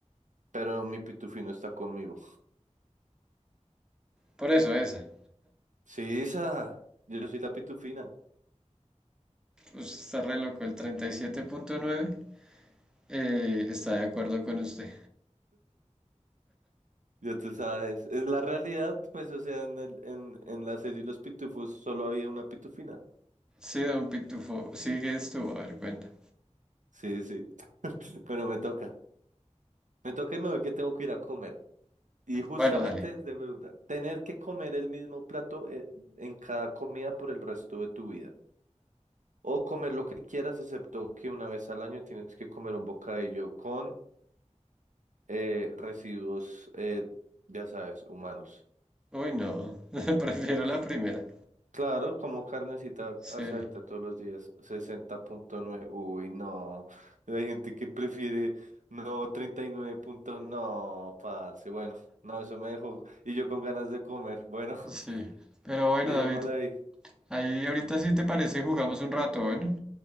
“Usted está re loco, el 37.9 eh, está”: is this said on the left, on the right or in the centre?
Centre